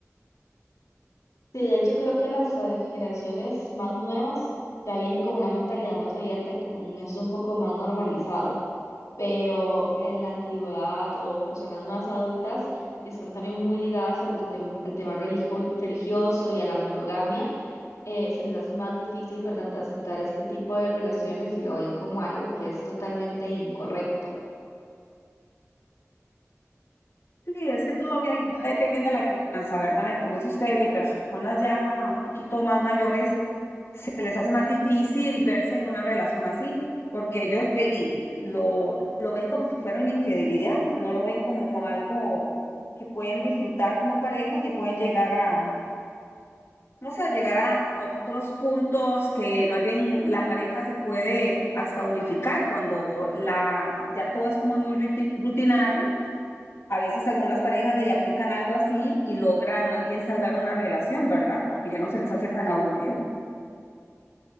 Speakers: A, on the left; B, on the left.
A: Sí, de hecho creo que las eh, generaciones más nuevas ya vienen con una mentalidad más abierta y con esto un poco más normalizado, pero en la antigüedad o personas más adultas que están también muy ligadas a lo tem- al tema relijo- religioso y a la monogamia, eh, se les hace más difícil, ¿verdad?, aceptar este tipo de relaciones y lo ven como algo que es totalmente incorrecto.
B: Sí, es que todavía ahí va, depende de la crianza, ¿verdad? Y como dice usted, hay personas ya un poquito más mayores, se les hace más difícil verse en una relación así, porque ellos ve- lo, lo ven como si fuera una infidelidad, no lo ven como algo que pueden disfrutar como pareja y que pueden llegar a, vamos a llegar a otros puntos que más bien la pareja se puede hasta unificar cuando la, ya todo es como muy rutinario. A veces algunas parejas de ahí aplican algo así y logra más bien salvar una relación, ¿verdad? Porque ya no se les hace tan aburrido.